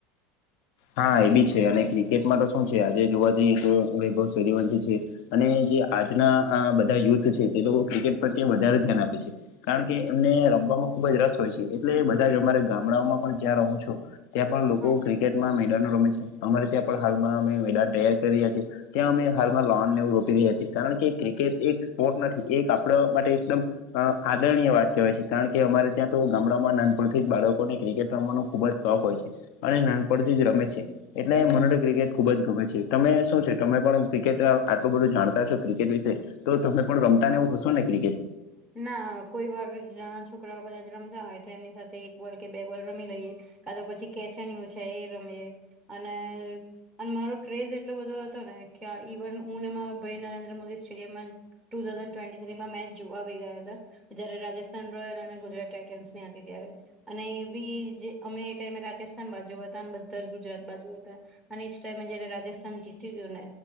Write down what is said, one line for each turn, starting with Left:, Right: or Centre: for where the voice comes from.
Left: હા એ બી છે અને ક્રિકેટમાં તો શું છે આજે જોવા જઈએ તો વૈભવ સર્યવંશી છે. અને જે આજના બધા યુથ છે તે લોકો ક્રિકેટ પ્રત વધારે ધ્યાન આપે છે. કારણ કે એમને રમવામાં ખુબ જ રસ હોય છે એટલે બધા જ અમારે ગામડામાં પણ જ્યાં રહો છો ત્યાં પણ
Centre: હા
Left: લોકો ક્રિકેટ મેદા રમે છે અમારે ત્યાં પણ હાલમાં અમે મેદાન તૈયાર કરી રહ્યા છીએ ત્યાં અમે હાલમાં લોન ને એવ રોપ રહ્યા છીએ કારણ કે કે એક સ્પોર્ટ નથી એક આપણા માટે એકદમ આદરણીય વાત કહેવાય છે. કારણ કે અમારે ત્યાં તો ગામડામાં નાનપણથી બાળકોને ક્રિકેટ રમવાનો ખુબ જ શોખ હોય છે અને નાન છી રમે છે. એટલે મને તો ક્રિકેટ ખુબ જ ગમે છે તમે શું છે તમે પણ ક્રિકેટ આટલું બધું જાણતા છો ક્રિકેટ વિશે તો તમે પણ રમતા નેવું હશો ને ક્રિકેટ
Centre: ના કોઈ વાગ નાના છોકરાઓ કદાચ રમતા હોય તો એમની સાથે એક બોલ કે બે બોલ રમી લઈએ કા તો પછી કેચણીય છે એ રમીએ અને અને મારો ક્રેઝ એટલો બધો હતો ને કે ઇવન હું ભાઈ નરેન્દ્ર મોદી સ્ટેડિયમમાં ટુ થાઝન્ડ ટ્વેન્ટી થ્રીમાં મેચ જોવા આવી ગયા હતા જયારે રાજસ્થાન રોયલ અને ગુજરાત ટાઇટન્સ ની હતી ત્યારે અને એ બી જે અમે એ ટાઈમે રાજસ્થાન બાજુ હતા અને બધા જ ગુજરાત બાજુ હતા અને જ ટાઈમ જેને રાજસ્થાન જીતી જન